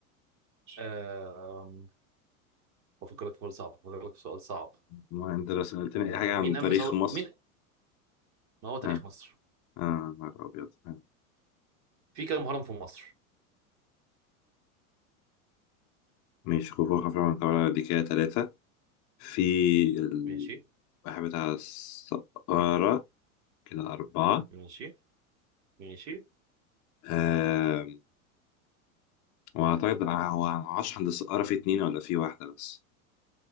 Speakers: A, on the right; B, on the left.
A: آه... بفكر لك في سؤال صعب بفكر لك في سؤال صعب
B: ما انت لو سالتني
A: آه...
B: اي حاجه
A: مين
B: عن تاريخ
A: قام بثوره
B: مصر
A: مين ما هو تاريخ
B: ها
A: مصر
B: اه نهار ابيض ها.
A: في كام هرم في مصر
B: ماشي خفوخ خفرع من دي كده ثلاثه في ال-
A: ماشي
B: واحد بتاع السقارة كده أربعة
A: ماشي ماشي
B: آم، وأعتقد هو معرفش عند السقارة في اتنين ولا في واحدة بس